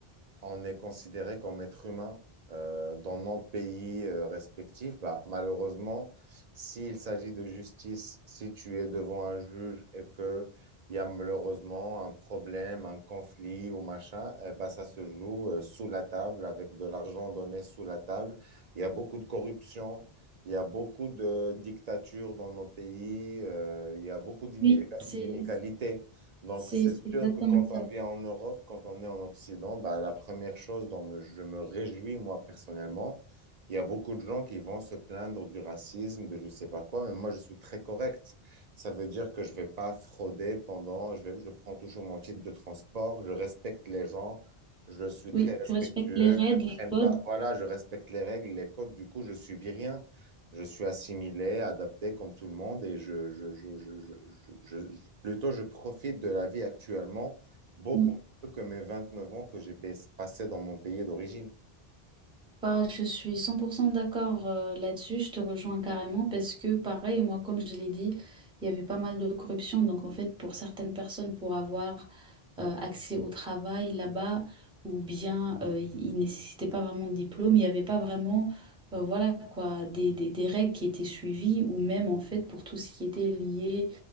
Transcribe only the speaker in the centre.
Oui, c'est
c'est
c'est exactement
ça.
Oui,
tu respectes les règles,
les
codes.
Mm.
Bah, je suis 100% d'accord euh, là-dessus, je te rejoins carrément parce que pareil, moi, comme je l'ai dit, il y avait pas mal de corruption. Donc, en fait, pour certaines personnes, pour avoir euh, accès au travail là-bas, ou bien euh, ils ne nécessitaient pas vraiment de diplôme, il n'y avait pas vraiment euh, voilà quoi, des, des, des règles qui étaient suivies, ou même en fait pour tout ce qui était lié